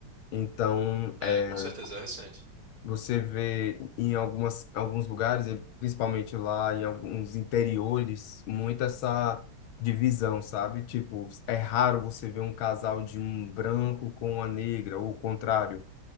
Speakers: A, on the left; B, on the right.
A: Então,
B: É,
A: é,
B: com certeza, é recente.
A: você vê em algumas, alguns lugares, e principalmente lá em alguns interiores, muito essa divisão, sabe? Tipo, é raro você ver um casal de um branco com uma negra, ou o contrário.